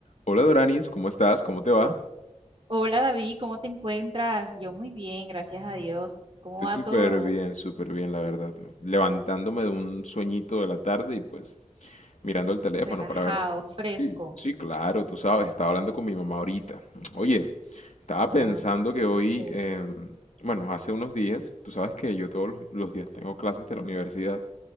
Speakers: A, on the left; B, on the right.
A: Hola Doranis, ¿cómo estás? ¿Cómo te va?
B: Hola David, ¿cómo te encuentras? Yo muy bien, gracias a Dios. ¿Cómo
A: Estoy
B: va todo?
A: súper bien, súper bien, la verdad. ¿no? Levantándome de un sueñito de la tarde y pues mirando el teléfono
B: Relajado,
A: para ver si...
B: fresco.
A: Sí, sí, claro, tú sabes, estaba hablando con mi mamá ahorita. Oye, estaba
B: Ah,
A: pensando que hoy,
B: súper.
A: em, bueno, hace unos días, tú sabes que yo todos los, los días tengo clases de la universidad